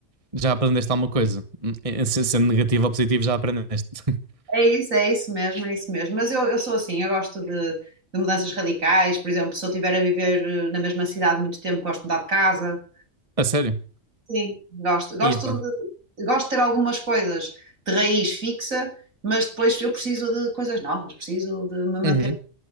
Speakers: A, on the right; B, on the right.
A: já aprendeste alguma coisa. Eh, se- Sendo negativo ou positivo, já aprendeste. <laughs>
B: é isso, é isso mesmo, é isso mesmo. Mas eu, eu sou assim, eu gosto de, de mudanças radicais. Por exemplo, se eu estiver a viver eh, na mesma cidade muito tempo, gosto de mudar de casa.
A: A sério.
B: Sim, gosto. Gosto
A: E epá.
B: de, gosto de ter algumas coisas de raiz fixa, mas depois eu preciso de coisas novas, preciso de me manter
A: Uhum,